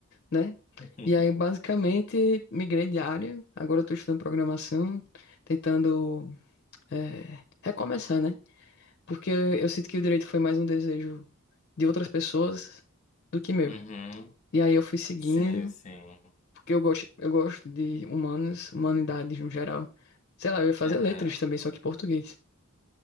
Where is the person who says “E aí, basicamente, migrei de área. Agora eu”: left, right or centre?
Left